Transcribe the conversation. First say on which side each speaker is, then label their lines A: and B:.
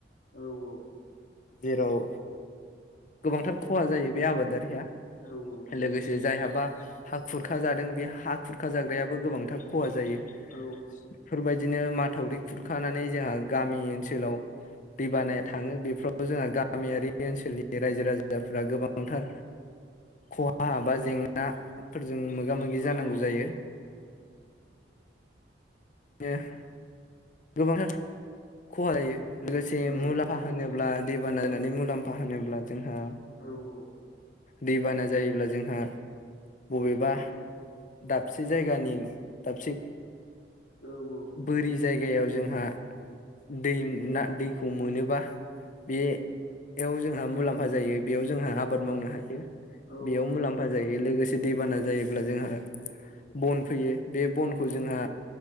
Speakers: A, on the left; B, on the left.
A: औ औ।
B: जेराव गोबांथार खहा जायो बे आबादारिया
A: औ औ नंगौ
B: लोगोसे
A: नंगौ नोंथां
B: जायहाबा हा खुरखाजादों बे हा खुरखा जाग्रायाबो गोबांथार खहा जायो बेफोरबायदि
A: औ
B: बिदिनो माथावरि खुरखानानै जोंहा गामि ओनसोलाव दै
A: औ
B: बानाया थाङो बेफ्राव जोंहा गामियारि ओनसोलनि रायजो राजा फोरा गोबांथार खहा बा जेंना फोरजों मोगा मोगि जानांगौ
A: औ
B: जायो।
A: नंगौ नंगौ नोंथां
B: <unintelligible> गोबांथार खहा जायो लोगोसे
A: औ
B: मुलाम्फा होनोब्ला दैबाना जानायनि मुलाम्फा होनोब्ला जोंहा
A: औ औ।
B: दैबाना जायोब्ला जोंहा बबेबा दाबसे जायगानि दाबसे
A: औ औ।
B: बोरि जायगायाव जोंहा दै ना दैखौ मोनोबा बेयाव जोंहा मुलाम्फा जायो बेयाव जोंहा आबाद मावनो हायो।
A: औ
B: बेयाव
A: औ नंगौ
B: मुलाम्फा
A: नोंथां
B: जायो लोगोसे दैबाना जायोब्ला जोंहा बन फैयो बे बनखौ जोंहा